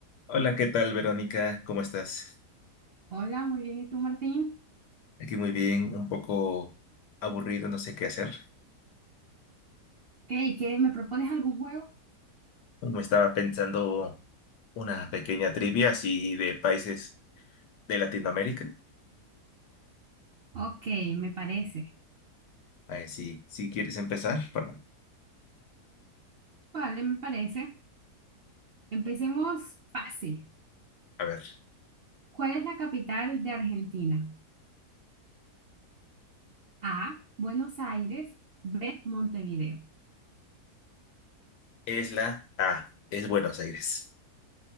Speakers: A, on the left (about 80°); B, on the right (about 75°).
A: Hola, ¿qué tal, Verónica? ¿Cómo estás?
B: Hola, muy bien. ¿Y tú, Martín?
A: Aquí muy bien, un poco aburrido, no sé qué hacer.
B: ¿Qué? ¿Y qué? qué me propones algún juego?
A: Me estaba pensando una pequeña trivia así de países de Latinoamérica.
B: Ok, me parece.
A: A ver si, si quieres empezar. para-
B: Vale, me parece. Empecemos fácil.
A: a ver,
B: ¿Cuál es la capital de Argentina? A, Buenos Aires. B, Montevideo.
A: es la A, es Buenos Aires.